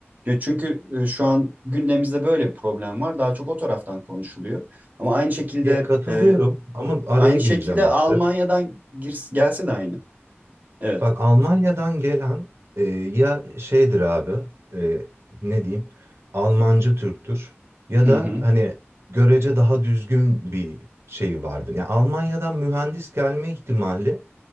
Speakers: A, on the right (about 40°); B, on the right (about 70°).
A: Ya Çünkü e, şu an gündemimizde böyle bir problem var. Daha çok o taraftan konuşuluyor. Ama aynı şekilde
B: Ya katılıyorum
A: e,
B: ama araya
A: aynı
B: gireceğim
A: şekilde
B: abi.
A: Almanya'dan girs- gelse de aynı. Evet.
B: Bak Almanya'dan gelen e, ya şeydir abi e, ne diyeyim Almancı Türktür ya
A: Hı
B: da
A: hı.
B: hani görece daha düzgün bir şey vardır. Yani Almanya'dan mühendis gelme ihtimali